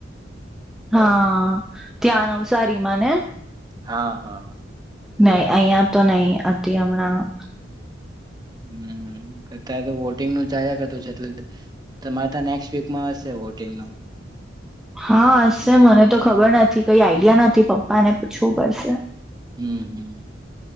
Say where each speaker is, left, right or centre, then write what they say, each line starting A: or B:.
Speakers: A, in the centre; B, on the right.
A: હા ત્યાં ન નવસારીમાંને.
B: હા, હા.
A: નહીં અહિયાં તો નહીં અતી હમણાં
B: હમ્મ. અત્યારે તો વોટિંગ નું ચાલ્યા કરતું છે એટલે તમારે ત્યા નેક્સ્ટ વીકમાં હશે વોટિંગ નું.
A: હા હશે મને તો ખબર નથી, કઈ આઈડિયા નથી પપ્પા ને પૂછવું પડશે.
B: હમ્મ-હમ્મ.